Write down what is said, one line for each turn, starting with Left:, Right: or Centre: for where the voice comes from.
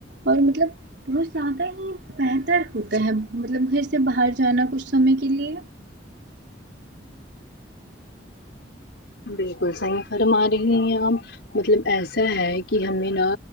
Right: اور مطلب بہت زیادہ ہی بہتر ہوتا ہے مطلب گھر سے باہر جانا کچھ سمے کے لیے
Left: بالکل صحیح فرما رہی ہیں آپ مطلب ایسا ہے کہ ہمیں نہ